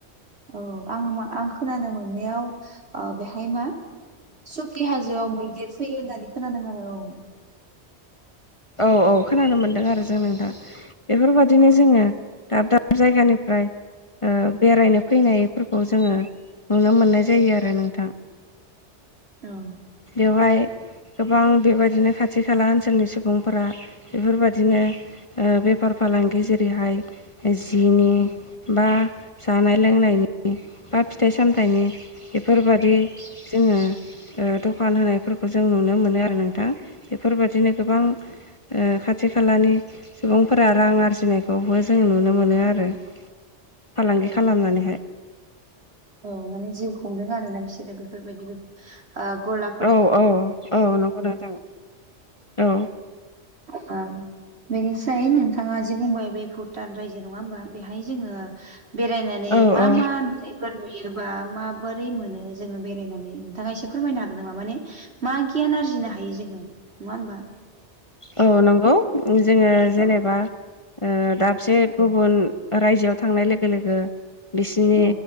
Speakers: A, on the right; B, on the left.
A: औ आं मा आं खोनानो मोननायाव बेहाय मा सकि हाजोआव मैदेर फैयो होननानै खोनादों आरो औ
B: औ औ खोनानो मोनदों आरो जों नोंथां बेफोरबायदिनो
A: औ
B: जोङो दाब दाब जायगानिफ्राय बेरायनो फैनायफोरखौ जोङो नुनो मोननाय जायो आरो नोंथां
A: औ
B: बेवहाय गोबां बेबायदिनो खाथि खाला ओनसोलनि सुबुंफोरा बेफोरबायदिनो बेफार फालांगि जेरैहाय जिनि
A: औ
B: बा जानाय लोंनायनि बा फिथाइ सामथाइनि बेफोरबादि जोङो दखान होनायफोरखौ जों नुनो मोनो आरो नोंथां बेफोरबादिनो गोबां ओ खाथि खालानि सुबुंफोरा रां आरजिनायखौबो जों नुनो मोनो आरो फालांगि
A: औ
B: खालामनानैहाय
A: औ माने जिउ खुंदों आरो ना बिसोरो बेफोरबायदि बे गला
B: औ-औ-औ नंगौ नोंथां औ
A: उम बेनिफ्राय नोंथाङा जि बुंबाय बे भुटान रायजो नङा होमबा बेहाय जोङो बेरायनानै
B: औ
A: मा
B: औ
A: मा नुथाय नुयोबा माबोरै मोनो जोङो बेरायनानै नोंथाङा एसे फोरमायनो हागोन नामा माने मा गियान आरजिनो हायो जोङो नङा ओमबा
B: औ नंगौ जोङो जेनेबा
A: औ
B: ओ दाबसे गुबुन रायजोआव थांनाय लोगो लोगो बिसिनि
A: औ